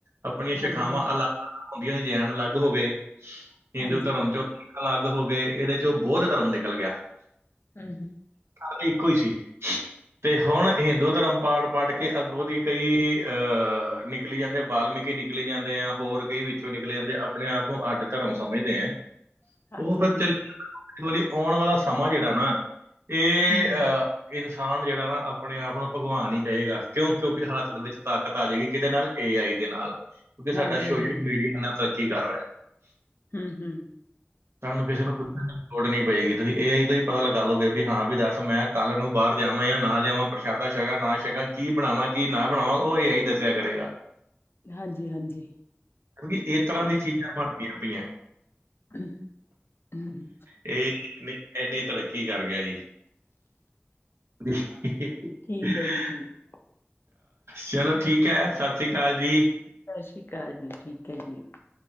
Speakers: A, on the right; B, on the left.
A: ਆਪਣੀਆਂ
B: ਹਾਂਜੀ,
A: ਸ਼ੇਖਾਵਾਂ
B: ਹਾਂਜੀ,
A: ਅਲੱਗ-ਅਲੱਗ ਹਉਂਦੀਆਂ ਜੈਨ ਅਲੱਗ ਹੋ ਗਏ ਹਿੰਦੂ
B: ਹਾਂਜੀ,
A: ਧਰਮ ਚੋ ਅਲੱਗ ਹੋ ਗਏ ਇਹਦੇ ਚੋਂ ਬੋਧ ਧਰਮ ਨਿਕਲ ਗਿਆ।
B: ਅੱਛਾ
A: <unintelligible> ਇੱਕੋ ਸੀ। ਤੇ ਹੁਣ ਹਿੰਦੂ ਧਰਮ ਪਾੜ ਪਾੜ ਕੇ ਅੱਗੋਂ ਦੀ ਕਈ ਅਹ ਨਿਕਲੀ ਜਾਂਦੇ ਬਾਲਮੀਕੀ ਨਿਕ ਨਿਕਲੀ ਜਾਂਦੇ ਆ ਹੋਰ ਕਈ ਵਿੱਚੋਂ ਨਿਕਲੇ ਜਾਂਦੇ ਆ ਆਪਣੇ ਆਪ ਨੂੰ ਅੱਡ ਧਰਮ ਸਮਝਦੇ ਆ
B: ਹਾਂਜੀ,
A: ਉਹ ਫੇਰ
B: ਹਾਂਜੀ,
A: ਚੱਲ <unintelligible> ਆਉਣ ਵਾਲਾ ਸਮਾਂ ਜਿਹੜਾ ਨਾ ਇਹ
B: ਹੂੰ,
A: ਅ ਇਨਸਾਨ ਜਿਹੜਾ ਨਾ ਆਪਣੇ ਆਪ ਨੂੰ ਭਗਵਾਨ ਹੀ ਕਹੇਗਾ ਕਿਉਂ ਕਿਉਂਕਿ ਹੱਥ ਦੇ ਵਿੱਚ ਤਾਕਤ ਆ ਜਾਵੇਗੀ ਕਿਦੇ ਨਾਲ ਏ ਆਈ ਦੇ ਨਾਲ, ਕਿਉਂਕਿ ਸਾਡਾ
B: ਹਾਂਜੀ,
A: ਸੋਸ਼ਲ
B: ਹਾਂਜੀ,
A: ਮੀਡੀਆ ਇਨ੍ਹਾਂ ਤਰੱਕੀ ਕਰ ਰਿਹਾ।
B: ਹਮ-ਹਮ
A: ਤੁਹਾਨੂੰ ਕਿਸੇ ਨੂੰ ਪੁੱਛਣ ਲੋੜ ਨੀ ਪਏਗੀ ਤੁਸੀ ਏ ਆਈ ਤੋ ਹੀ ਪਤਾ ਲਗਾ ਲਓਗੇ ਵੀ ਹਾਂ ਵੀ ਦੱਸ ਮੈਂ ਕੱਲ੍ਹ ਨੂੰ ਬਾਹਰ ਜਾਵਾ ਜਾ ਨਾ ਜਾਵਾ। ਪ੍ਰਸ਼ਾਦਾ ਛੱਕਾ ਨਾ ਛੱਕਾ ਕੀ ਬਣਾਵਾ ਕੀ ਨਾ ਬਣਾਵਾ ਉਹ ਏ ਆਈ ਦੱਸਿਆ ਕਰੇਗਾ।
B: ਹਾਂਜੀ, ਹਾਂਜੀ,
A: <unintelligible>
B: ਠੀਕ
A: ਇਸ ਤਰਾਂ
B: ਹੈ
A: ਦੀ ਚੀਜ਼ਾ ਬਣਦੀਆ ਪਈਆ।
B: ਹਮ
A: ਇਹ ਇੰਨੀ ਤਰੱਕੀ ਕਰ ਗਿਆ ਜੀ। <unintelligible>
B: ਠੀਕ ਹੈ ਜੀ, ਠੀਕ।
A: ਚਲੋ ਠੀਕ ਹੈ ਸਸ ਸ੍ਰੀ ਕਾਲ ਜੀ।
B: ਸਸ ਸ੍ਰੀ ਕਾਲ ਜੀ, ਠੀਕ ਹੈ ਜੀ।